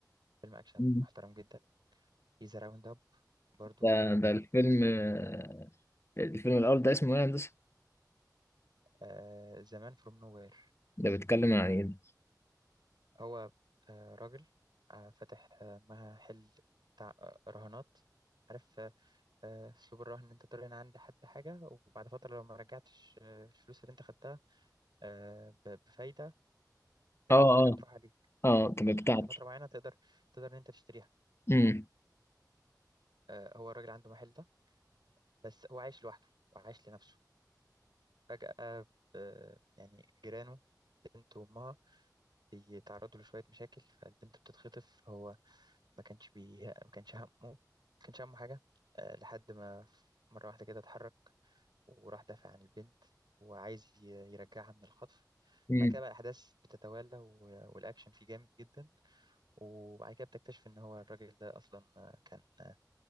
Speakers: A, on the right (about 90°); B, on the left (about 35°).
A: فيلم أكشن
B: مم.
A: محترم جدا في ذا راوند أب برضو
B: ده ده الفيلم آه، الفيلم الأول ده اسمه إيه يا هندسة؟
A: آه زمان فروم نوير
B: ده بيتكلم عن إيه ده؟
A: هو آه، راجل آه، فاتح آه، محل بتاع آه، رهانات عارف آه، آه، اسلوب الرهن ان انت ترهن عند حد حاجه وبعد فتره لو ما رجعتش آه، الفلوس اللي انت خدتها آه، ب- بفايده آه،
B: آه آه
A: الحاجه بتروح عليك
B: آه طب بتاعتي
A: لحد فتره معينه تقدر تقدر ان انت تشتريها
B: أمم
A: آه، هو الراجل عنده محل ده بس هو عايش لوحده وعايش لنفسه فجاه آه، يعني جيرانه بنت وامها بيتعرضوا لشويه مشاكل فالبنت بتتخطف هو ما كانش بيه ما كانش همه ما كانش همه حاجة آه، لحد ما مرة واحدة كده اتحرك وراح دافع عن البنت وعايز ي- يرجعها من الخطف
B: أمم
A: بعد كده بقى الأحداث بتتوالى و- والأكشن فيه جامد جدا وبعد كده بتكتشف إن هو الراجل ده أصلا آه، كان آه،